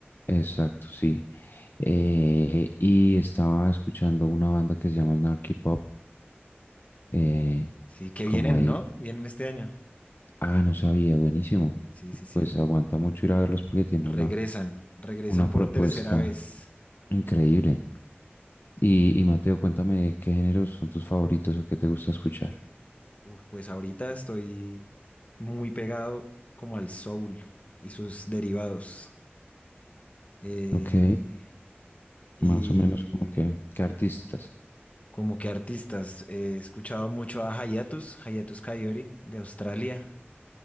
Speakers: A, on the left; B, on the left.
A: Exacto, sí. Eh, y estaba escuchando una banda que se llama Snarky Puppy. eh,
B: Sí, que vienen,
A: como ahí,
B: ¿no? Vienen este año.
A: ah, no sabía, buenísimo.
B: Sí, sí, sí.
A: Pues aguanta mucho ir a verlos porque tiene una,
B: Regresan, regresan
A: una
B: por
A: propuesta
B: tercera vez.
A: increíble. Y, y Mateo, cuéntame qué géneros son tus favoritos o qué te gusta escuchar.
B: Uf, pues ahorita estoy muy pegado como al soul y sus derivados. Eh,
A: Ok,
B: y
A: más o menos como que, qué artistas.
B: Como que artistas, eh, he escuchado mucho a Hayatus, Hayatus Kaiori de Australia.